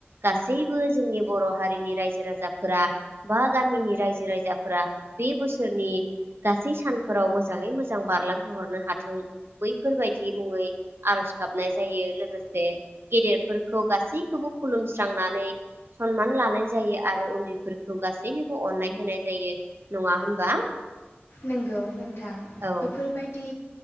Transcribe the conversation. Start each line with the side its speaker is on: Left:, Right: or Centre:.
Right: गासैबो जोंनि बर' हारिनि रायजो राजाफोरा बा गामिनि रायजो राजाफोरा बे बोसोरनि गासै सानफोराव मोजाङै मोजां मोजां बारलांहोहरनो हाथों बैफोरबायदि मुङै आरज गाबनाय जायो लोगोसे गेदेरफोरखौ गासैखौबो खुलुमस्रांनानै सनमान लानाय जायो आरो उन्दैफोरखौ गासैनोबो अननाय होनाय जायो नङा होनबा
Left: नोंगौ नोंथां
Right: औ
Left: बेफोरबायदि